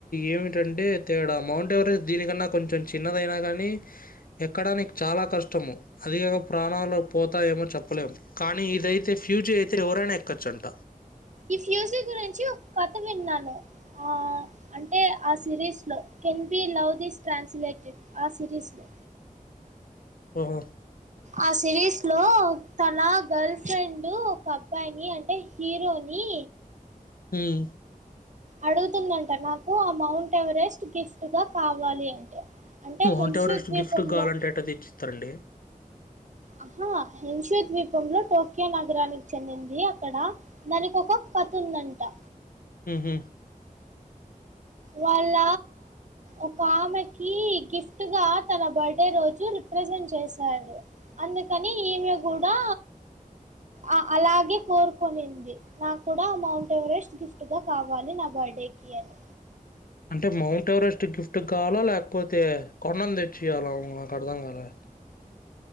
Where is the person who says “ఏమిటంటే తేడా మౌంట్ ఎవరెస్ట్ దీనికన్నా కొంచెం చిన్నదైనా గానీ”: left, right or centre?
Left